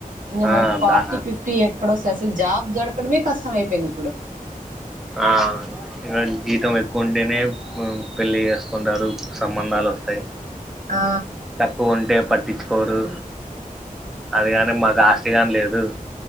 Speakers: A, on the right; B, in the centre.
A: ఇంకా
B: ఆ
A: మనకి ఫార్టీ
B: దా
A: ఫిఫ్టీ ఇక్కడ వస్తే అసలు జాబ్ దొరకడమే కష్టమయిపోయింది
B: ఆ ఇగ జీతం ఎక్కువ ఉంటేనే పెళ్లి చేసుకుంటారు సంబంధాలు వస్తాయి
A: ఆ
B: తక్కువ ఉంటే పట్టించుకోరు అది కాని మాకు ఆస్తి గాని లేదు